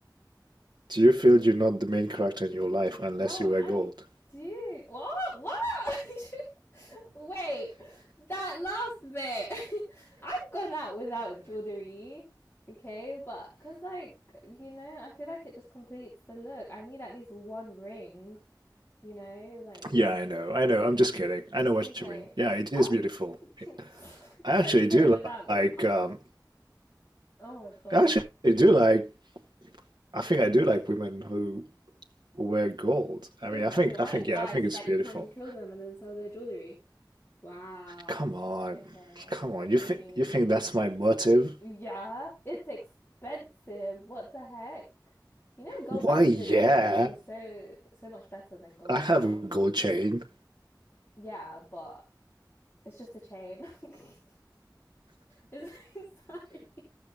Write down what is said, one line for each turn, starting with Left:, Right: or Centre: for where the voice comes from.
Right: Do you feel you're not the main character in your life unless
Left: Well,
Right: you wear
Left: I
Right: gold?
Left: do. What? What? <laughs> Wait, that last bit. <laughs> I've gone out without jewelry. Okay, but because, like, you know, I feel like it just completes the look. I need at least one ring, you know? Like,
Right: Yeah, I know, I know. I'm just kidding. I know what
Left: okay.
Right: you mean. Yeah, it is
Left: I'm
Right: beautiful.
Left: <laughs>
Right: I
Left: person
Right: actually do
Left: without
Right: like,
Left: cup.
Right: um,
Left: Oh my god.
Right: I actually do like, I think I do like women who wear gold. I
Left: It,
Right: mean, I think,
Left: okay, why?
Right: I think,
Left: Why?
Right: yeah, I think
Left: So
Right: it's
Left: that
Right: beautiful.
Left: you can kill them and then sell their jewelry? Wow.
Right: Come on,
Left: Okay,
Right: come on.
Left: I see
Right: You think,
Left: you.
Right: you think that's my motive?
Left: Yeah, it's expensive. What the heck? You know, gold
Right: Why,
Left: back
Right: yeah,
Left: in the day though, it was so so much better than gold
Right: I have
Left: now.
Right: a gold chain.
Left: Yeah, but it's just a chain. <laughs> it's, it's like-